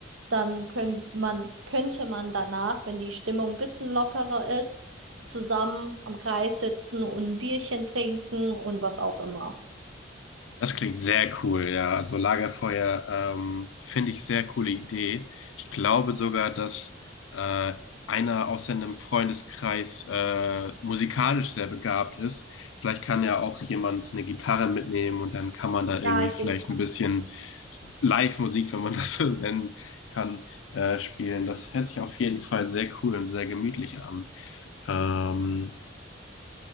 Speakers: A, on the right; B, on the left.
A: dann können man, könnte man danach, wenn die Stimmung ein bisschen lockerer ist, zusammen am Kreis sitzen und ein Bierchen trinken und was auch immer.
B: Das klingt sehr cool, ja. Also Lagerfeuer, ähm, finde ich sehr coole Idee. Ich glaube sogar, dass äh, einer aus seinem Freundeskreis äh, musikalisch sehr begabt ist. Vielleicht kann ja auch jemand eine Gitarre mitnehmen und dann kann man da irgendwie
A: Ja,
B: vielleicht
A: genau.
B: ein bisschen Live-Musik, wenn man das <laughs> so nennen kann, äh, spielen. Das hört sich auf jeden Fall sehr cool und sehr gemütlich an. Ähm,